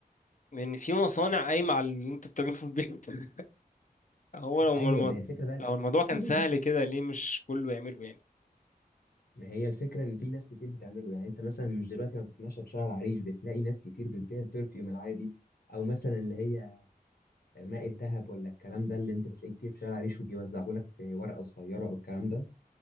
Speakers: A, on the left; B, on the left.
A: لان في مصانع قايمه على اللي انت بتعمله في البيت <laughs> هو لو
B: ايوه
A: الم-
B: ما هي الفكره بقى
A: لو الموضوع
B: <laughs>
A: كان سهل كده ليه مش كله يعمله يعني
B: ما هي الفكره ان في ناس كتير بتعمله يعني انت مثلا مش دلوقتي ما بتتمشى في شارع العريش بتلاقي ناس كتير بتبيع البرفيوم العادي او مثلا اللي هي ماء الذهب ولا الكلام ده اللي انت بتلاقيه كتير في شارع العريش وبيوزعه لك في ورقه صغيره او الكلام ده